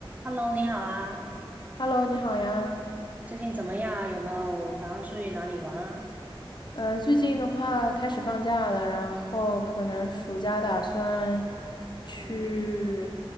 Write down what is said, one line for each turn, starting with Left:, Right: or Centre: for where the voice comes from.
Right: Hello，你好啊，
Left: Hello，你好呀。
Right: 最近怎么样啊？有没有打算出去哪里玩啊？
Left: 嗯，最近的话开始放假了，然后可能暑假打算去
Right: 嗯，